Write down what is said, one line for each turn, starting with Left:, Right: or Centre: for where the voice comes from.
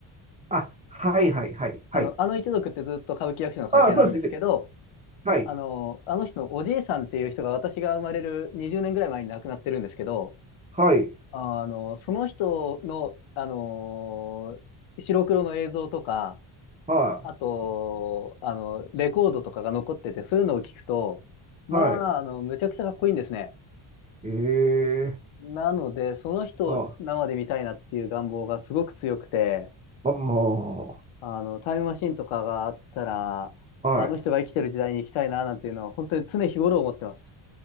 Right: あ、はいはいはいはい。
Left: あの、あの一族ってずっと歌舞伎役者の家系なんですけど、
Right: ああ、そうですね。はい。
Left: あの、あの人のおじいさんっていう人が私が生まれる20年ぐらい前に亡くなってるんですけど、
Right: はい。
Left: あの、その人の、あのー白黒の映像とか、
Right: はい。
Left: あと、あの、レコードとかが残ってて、そういうのを聞くと、
Right: はい。
Left: まあ、あの、むちゃくちゃかっこいいんですね。
Right: ええ。
Left: なので、その人を生で見たいなっていう願望がすごく強くて、
Right: ああ。ああ。
Left: あの、タイムマシンとかがあったら、
Right: はい。
Left: あの人が生きてる時代に行きたいな、なんていうのは、本当に常日頃思ってます。